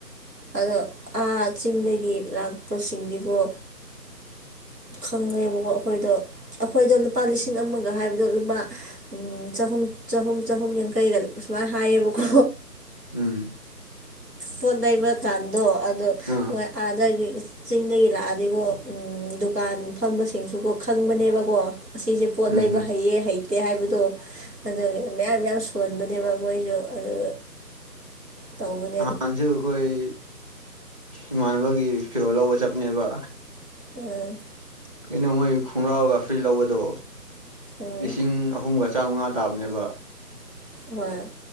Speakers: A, on the right (about 75°); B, on the right (about 20°).
A: ꯑꯗꯣ ꯑꯥ ꯆꯤꯡꯗꯒꯤ ꯂꯥꯛꯄꯁꯤꯡꯗꯤꯀꯣ ꯐꯪꯉꯦꯕꯀꯣ ꯑꯩꯈꯣꯏꯗꯣ ꯑꯩꯈꯣꯏꯗꯣ ꯂꯨꯄꯥ ꯂꯤꯁꯤꯡ ꯑꯃꯒ ꯍꯥꯏꯕꯗꯣ ꯂꯨꯄꯥ ꯆꯍꯨꯝ ꯆꯍꯨꯝ ꯆꯍꯨꯝ ꯌꯥꯡꯈꯩꯗ ꯁꯨꯃꯥꯏꯅ ꯍꯥꯏꯌꯦꯕꯀꯣ
B: ꯎꯝ
A: ꯄꯣꯠ ꯅꯩꯕ ꯀꯥꯟꯗꯣ ꯑꯗꯣ
B: ꯑꯥ
A: ꯍꯣꯏ ꯑꯥꯗꯒꯤ ꯆꯤꯡꯗꯒꯤ ꯂꯥꯛꯑꯗꯤꯕꯣ ꯎ ꯗꯨꯀꯥꯟ ꯐꯝꯕꯁꯤꯡꯁꯨꯒꯣ ꯈꯪꯕꯅꯦꯕꯀꯣ ꯑꯁꯤꯁꯦ ꯄꯣꯠ
B: ꯎꯝ
A: ꯂꯩꯕ ꯍꯩꯌꯦ ꯍꯩꯇꯦ ꯍꯥꯏꯕꯗꯣ ꯑ ꯃꯌꯥꯝ ꯌꯥꯝ ꯁꯣꯟꯕꯅꯦꯕ ꯃꯣꯏꯁꯨ ꯑꯗꯨ ꯇꯧꯅꯦ
B: ꯅꯥꯟꯁꯨ ꯑꯩꯈꯣꯏ ꯏꯃꯥꯟꯅꯕꯒꯤ ꯐꯤꯔꯣꯜ ꯂꯧꯕ ꯆꯞꯅꯦꯕ
A: ꯎꯝ
B: ꯀꯩꯅꯩꯅꯣ ꯃꯣꯏ ꯈꯨꯔꯥꯒ ꯐꯔꯤ ꯂꯧꯧꯕꯕꯗꯣ
A: ꯎꯝ
B: ꯂꯤꯁꯤꯡ ꯑꯍꯨꯝꯒ ꯆꯥꯝꯃꯉꯥ ꯇꯥꯕꯅꯦꯕ
A: ꯍꯣꯏ